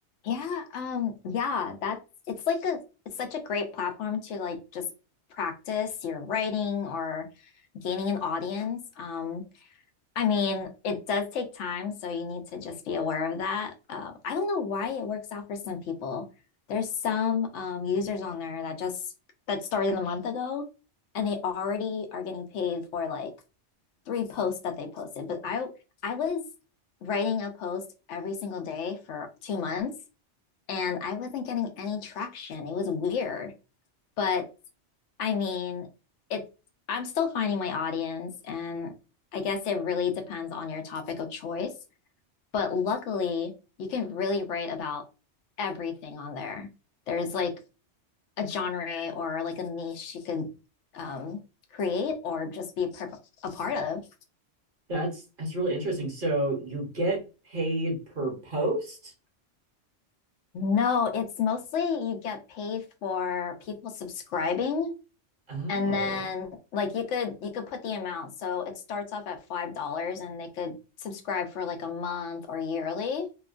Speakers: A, on the left (about 80°); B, on the right (about 50°).
A: Yeah, um, yeah, that's it's like a it's such a great platform to like just practice your writing or gaining an audience. Um, I mean, it does take time, so you need to just be aware of that. Um, I don't know why it works out for some people. There's some um, users on there that just that started a month ago, and they already are getting paid for like three posts that they posted. But I I was writing a post every single day for two months, and I wasn't getting any traction. It was weird, but I mean, it's I'm still finding my audience, and I guess it really depends on your topic of choice. But luckily, you can really write about everything on there. There's like a genre or like a niche you could um, create or just be per- a part of.
B: That's that's really interesting. So you get paid per post?
A: No, it's mostly you get paid for people subscribing
B: Oh.
A: And then like you could you could put the amount. So it starts off at five dollars and they could subscribe for like a month or yearly.